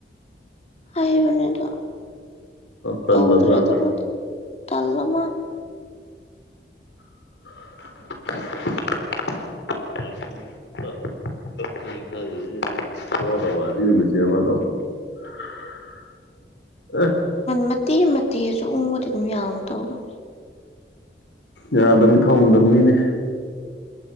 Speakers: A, on the left; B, on the left.
A: ꯍꯥꯏꯕꯅꯤꯗꯣ
B: ꯇꯜꯂꯕ
A: ꯇꯗ꯭ꯔꯦ
B: ꯖꯥꯠꯂ
A: ꯑꯗꯨ ꯃ ꯇꯜꯂꯃ
B: ꯕꯁꯤ ꯄꯁ ꯑꯣ ꯇ
A: ꯃꯇꯦꯛ ꯃꯇꯦꯛꯁꯨ ꯎꯕꯗꯤ ꯑꯗꯨꯝ ꯌꯥꯝꯅ ꯇꯧꯕꯅꯦ
B: ꯌꯥꯗꯃꯤ ꯊꯧꯒꯗꯕ ꯃꯤꯅꯤ